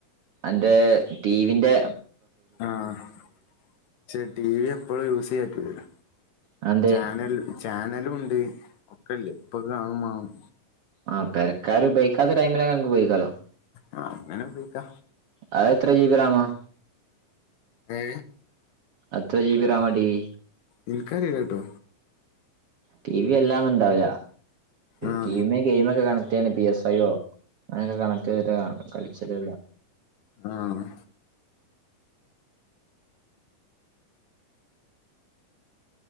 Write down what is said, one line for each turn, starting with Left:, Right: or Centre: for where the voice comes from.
Right: അന്റെ ടീവിന്റെ.
Left: ആഹ് പക്ഷെ ടി വി എപ്പളും യൂസ് ചെയ്യാ പറ്റൂല ല്ലോ
Right: അതെന്തേ
Left: ചാനൽ ചാനല് ഉണ്ട് ഒക്കല്ലേ ഇപ്പൊ കാണുമാണം
Right: ആ പെരക്കാര് ഉപയോഗിക്കാത്ത ടൈമിലൊക്കെ ഞങ്ങക്ക് ഉപയോഗിക്കാലോ
Left: ആ, അങ്ങനെ ഉപയോഗിക്കാം
Right: അത് എത്ര ജീബി കാണും
Left: ഏ
Right: അത്ര G B RAM T V
Left: എനിക്കറിയില്ല കേട്ടോ
Right: ടി വി എല്ലാം ഇണ്ടാവില്ല
Left: ആ
Right: ടിവി ഗെയിമ് ഒക്കെ കണക്ട് ചെയ്യാണ് പി എസ് ഐയോ അങ്ങനെയൊക്കെ കണക്ട് ചെയ്തിട്ട് കളിച്ചത്
Left: ആഹ്